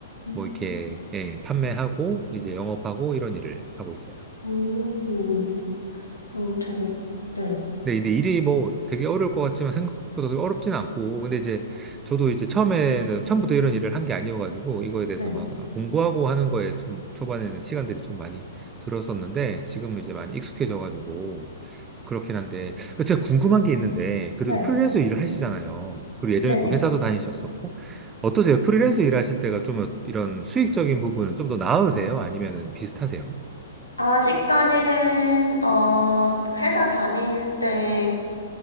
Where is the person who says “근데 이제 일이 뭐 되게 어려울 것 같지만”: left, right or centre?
Right